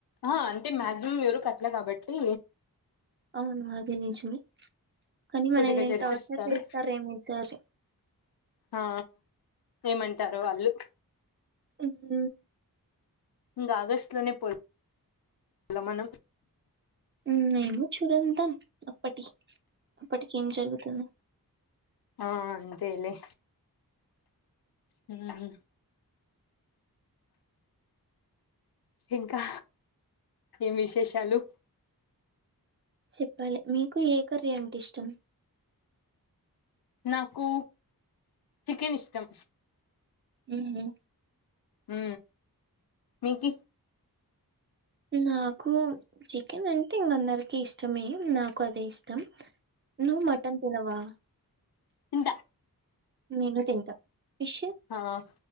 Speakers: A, on the left; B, on the right.
A: ఆ అంటే మాక్సిమం ఎవరు కట్లా కాబట్టి
B: అవును అది నిజమే కాని మనల్ని
A: కొద్దిగా జరిపిస్తారు
B: టార్చర్ చేస్తారమో ఈసారి
A: ఆ ఏమంటారు వాళ్ళు
B: ఉ హు
A: ఇంకా ఆగస్టు లోనే పొల్ల మనం
B: ఉమ్ ఎమో చూడద్దాం అప్పటి అప్పటికి ఏం జరుగుతుందొ
A: ఆ అంతేలే ఉ ఇంకా ఏం విశేషాలు
B: చెప్పాలి మీకు ఏ కర్రీ అంటే ఇష్టం
A: నాకు చికెన్ ఇష్టం
B: ఉహు
A: ఉ మీకి
B: నాకు చికెన్ అంటే ఇంక అందరికి ఇష్టమే నాకు అదే ఇష్టం నువ్వు మటన్ తినవా
A: తింట
B: నేను తింటా ఫిష్?
A: ఆ